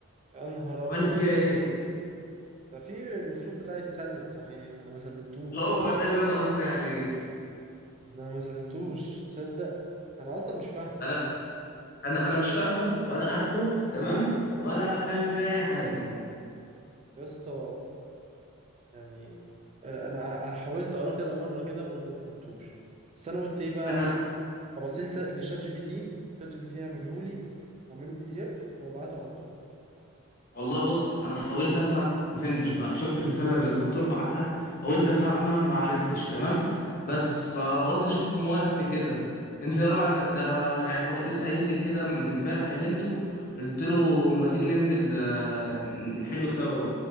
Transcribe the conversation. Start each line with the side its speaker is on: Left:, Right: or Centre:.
Right: يا نهار
Left: عملت
Right: ابيض
Left: فيها ايه
Right: ده في المفروض بتاعي يتسلم صحيح انا ما سلمتوش
Left: هو ده اللي انا قصدي عليه
Right: ده انا ما سلمتوش تصدق انا اصلا مش فاهمه
Left: انا انا انا مش فاهمه ولا عارفه تمام ولا فاهم فيه اي حاجه
Right: يا اسطى يعني آه، انا ح- حاولت اقراه كذا مره كده برضو ما فهمتوش بس انا قلت ايه بقى
Left: انا
Right: هبصيل لشات جي بي تي شات جي بي تي يعمله لي اعمله بي دي اف وابعته على طول
Left: والله بص انا حاولت افهم ما فهمتش بقى شفت الرساله اللي الدكتور بعتها حاولت افهمها ما عرفتش تمام بس فقلت اشوف موافق كده انت ايه رايك ده يعني هو لسه قايل لي كده من امبارح كلمته قلت له ما تيجي ننزل آه، نحله سوا